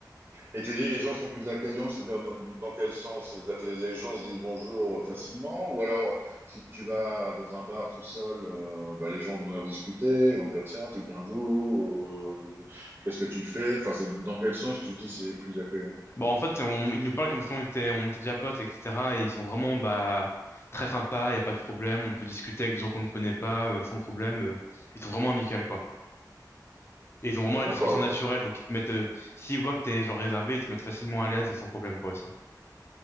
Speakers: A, on the right; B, on the left.
A: Et tu dis les gens sont plus accueillants, c'est-à-dire dans, dans quel sens? C'est-à-dire que les, les gens se disent bonjour facilement, ou alors si tu vas dans un bar tout seul, euh, bah, les gens vont venir discuter, vont dire tiens, tu viens d'où? Euh, Qu'est-ce que tu fais? Enfin, c'est- dans quel sens tu dis c'est plus accueillant?
B: Bon, en fait, on- ils nous parlent comme si on était, on était déjà potes, etc. Et ils sont vraiment bah, très sympas, il n'y a pas de problème, on peut discuter avec des gens qu'on ne connaît pas euh, sans problème. euh, ils sont vraiment amicaux, quoi. Et ils ont vraiment la
A: D'accord.
B: discussion naturelle, donc ils te mettent, euh, s'ils voient que t'es genre réservé, ils te mettent facilement à l'aise sans problème, quoi, aussi.